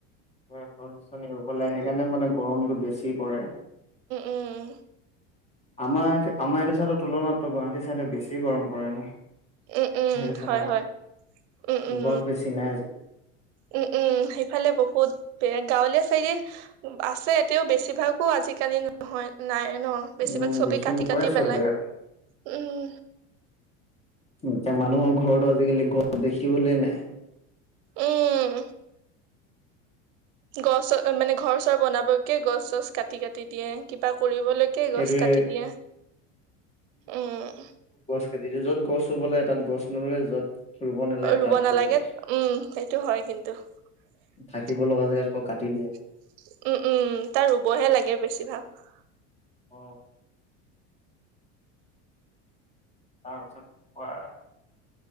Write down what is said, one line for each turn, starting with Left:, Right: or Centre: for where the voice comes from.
Left: গছ-গছনি ৰুব লাগে
Right: উম
Left: সেইকাৰণে মানে গৰমতটো বেছি পৰে।
Right: উম
Left: আমাৰ আমাৰ এইটো চাইদত তুলনাতো গুৱাহাটী ছাইডত বেছি গৰম পৰে ন।
Right: উম, উম
Left: সেইটো চাইডে
Right: হয় হয় উম উম
Left: গছ বেছি নাই যে।
Right: উম উম সেইফালে বহুত পে গাঁওলী হেৰি আছে তেওঁ বেছিভাগো আজিকালি নহয় নাই। ন বেছিভাগ
Left: উম, বেছি
Right: কাটি
Left: নপৰে
Right: কাটি পেলাই
Left: চব জেগাত।
Right: উম,
Left: এতিয়া মানুহৰ ঘৰটো আজিকালি গ দেখিবলৈ নাই,
Right: উম! গছ মানে ঘৰ চৰ বনাবকে গছ গছ কাটি কাটি দিয়ে কিবা। পৰিৰিবলৈকে
Left: সেইটোৱে
Right: গছ কাটি দিয়ে, উম!
Left: টো য'ত গছ ৰুব লাগে তাত গছ নৰুৱে য'ত ৰুব নালাগে
Right: ৰুব
Left: তাত
Right: নালাগে
Left: ৰুৱে
Right: উম সেইটো হয় কিন্তু উম
Left: থাকিব লগা জেগাত আকৌ কাটি দিয়ে।
Right: উম তাৰ ৰুবহে লাগে বেছিভাগ।
Left: অ তাৰপিছত কোৱা,